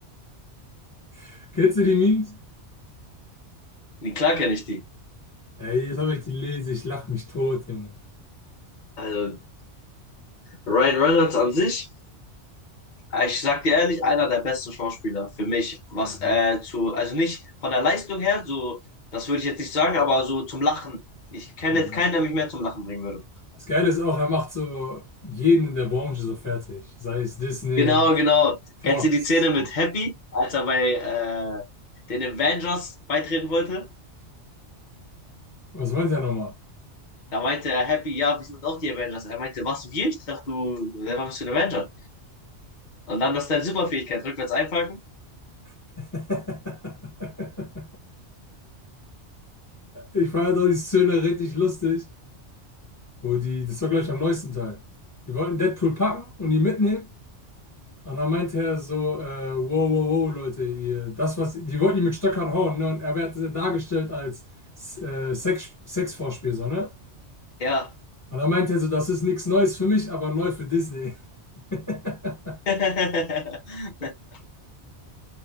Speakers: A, on the left; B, on the left.
A: <laughs> Kennst du die Memes?
B: Nee, klar kenne ich die.
A: Ey, jetzt habe ich die lese, ich lach mich tot, Junge.
B: Also Ryan Reynolds an sich, äh, ich sag dir ehrlich, einer der besten Schauspieler für mich, was
A: Ja,
B: äh,
A: ja.
B: zu, also nicht von der Leistung her, so, das würde ich jetzt nicht sagen, aber so zum Lachen. Ich kenne
A: ja.
B: jetzt
A: Mann.
B: keinen, der mich mehr zum Lachen bringen würde.
A: Das Geile ist auch, er macht so jeden in der Branche so fertig. Sei es Disney,
B: Genau, genau.
A: Fox.
B: Kennst du die Szene mit Happy, als er bei äh, den Avengers beitreten wollte?
A: Was meint er nochmal?
B: Da meinte er Happy, ja, wir sind auch die Avengers. Er meinte, was, wir? Ich dachte, du selber bist du ein Avenger. Und dann, das ist deine Superfähigkeit, rückwärts einpacken?
A: <laughs> Ich fand doch die Szene richtig lustig. wo die, das war gleich am neuesten Teil. Die wollten Deadpool packen und ihn mitnehmen. Und dann meinte er so, äh, wow, wow, wow, Leute, ihr, das, was, die wollten ihn mit Stöckern hauen, ne? Und er wird dargestellt als äh, Sex, Sexvorspiel, so, ne?
B: Ja.
A: Und dann meinte er so, das ist nichts Neues für mich, aber neu für Disney. <laughs>
B: <laughs>